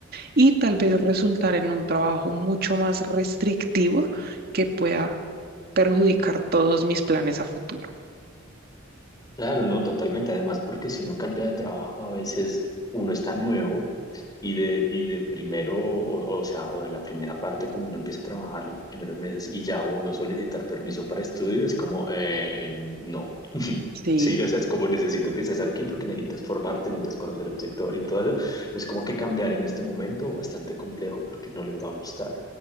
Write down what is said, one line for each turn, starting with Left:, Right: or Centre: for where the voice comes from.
Right: y tal vez resultar en un trabajo mucho más restrictivo que pueda perjudicar todos mis planes a futuro.
Left: Claro, no, totalmente. Además, porque si uno cambia de trabajo, a veces uno está nuevo y de, y de primero, o, o sea, o en la primera parte, cuando uno empieza a trabajar los primeros meses y ya uno solicitar permiso para estudio, es como, eh, no. <laughs>
Right: Sí.
Left: Sí, o sea, es como necesito que estés aquí porque necesitas formarte, necesitas conocer el sector y todo eso. Entonces, como que cambiar en este momento bastante complejo porque no les va a gustar.